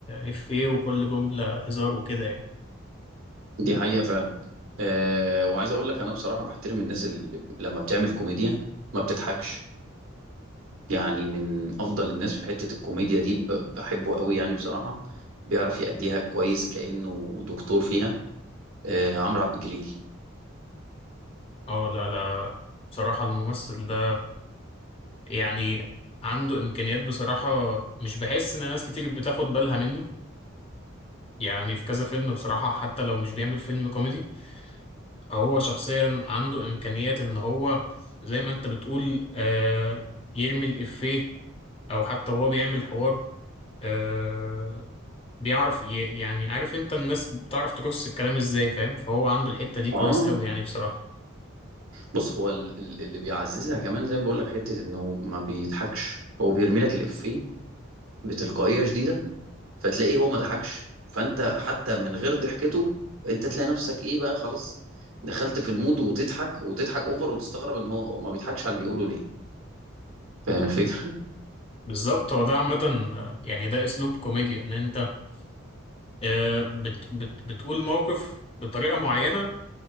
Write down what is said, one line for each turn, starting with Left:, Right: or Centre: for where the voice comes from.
Left: إفيه وكل جملة هزار وكده يعني
Right: دي حقيقة فعلا أه وعايز اقول لك انا بصراحة بحترم الناس اللي لما بتعمل كوميديا ما بتضحكش يعني من افضل الناس في حتة الكوميديا دي ب- بحبه قوي يعني بصراحة بيعرف يأديها كويس كأنه دكتور فيها أه عمرو عبد الجليل
Left: اه لا لا بصراحة الممثل ده يعني عنده إمكانيات بصراحة مش بحس إن ناس كتير بتاخد بالها منه يعني في كذا فيلم بصراحة حتى لو مش بيعمل فيلم كوميدي هو شخصيا عنده إمكانيات إن هو زي ما أنت بتقول آه يرمي الإفيه أو حتى هو بيعمل حوار آه، بيعرف ي... يعني عارف انت الناس بتعرف ترص الكلام ازاي فاهم فهو عنده الحتة دي كويس
Right: اه
Left: قوي يعني بصراحة
Right: بص هو ال- ال- اللي بيعززها كمان زي ما بقول لك حتة انه ما بيضحكش هو بيرمي لك الإفيه بتلقائية شديدة فتلاقيه هو ما ضحكش فانت حتى من غير ضحكته انت تلاقي نفسك ايه بقى خلاص دخلت في المود وتضحك وتضحك اوفر وتستغرب ان هو هو ما بيضحكش على اللي بيقوله ليه فاهم الفكرة
Left: بالظبط هو ده عامة آه، يعني ده اسلوب كوميديا ان انت آه، بت... بت... بتقول موقف بطريقة معينة